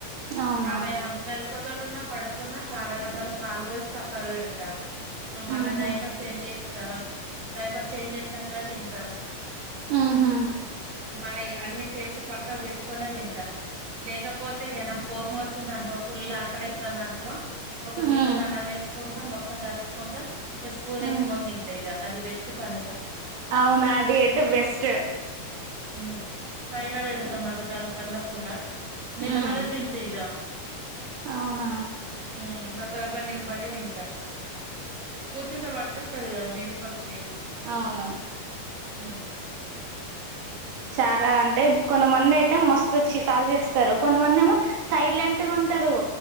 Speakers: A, on the right; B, on the right.
A: అవునా
B: ఆమె మెలుకో తోటున్న పడుకున్న పాల డబ్బాల పాలు పోసి పక్కకి పెడతా మళ్ళ
A: ఊహు
B: డైపర్ చేంజ్ చేత్తా డైపర్ చేంజ్ చేసినంకనే తింటా
A: ఆహా
B: మళ్ళీ అన్ని సేఫ్టీ పక్క పెట్టుకోనె తింటా లేకపోతే ఇగ నాక్ కోపమోత్ చిందనుకో ఫుల్ ఆకలి అయితాంది అనుకో ఒక
A: హ్మ్
B: గిన్నెల అన్నం వేసుకొన్ మొత్తం కలుపుకుంట ఇంగ స్పూన్
A: హ్మ్
B: వేసుకొని తింటా ఇగ అది బెస్ట్ పని ఇగ
A: అవును అది అయితే బెస్ట్
B: హ్మ్ పైన పెడతా మళ్ళా దానికి అందకుండా నిలబడె
A: హ్మ్
B: తింటి ఇగ
A: అవునా
B: ఉ దబ్బ దబ్బ నిల్బడే తింటా కూర్చుంటె పడేస్తది కదా మీదికొచ్చి
A: అవును
B: ఉ
A: చాలా అంటే కొంతమంది అయితే మస్తు చికాకు తెస్తరు కొంతమంది ఏమో సైలెంటు గుంటరు